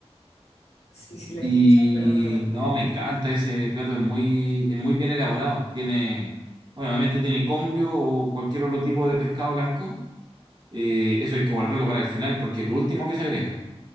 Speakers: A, on the left; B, on the right.
A: Sí, sí lo he
B: Y
A: escuchado, pero no me gusta
B: no,
A: mucho.
B: me encanta ese plato, es muy, es muy bien elaborado. Tiene, bueno, obviamente tiene congrio o cualquier otro tipo de pescado blanco. Eh, eso hay que guardarlo para el final, porque es lo último que se agrega.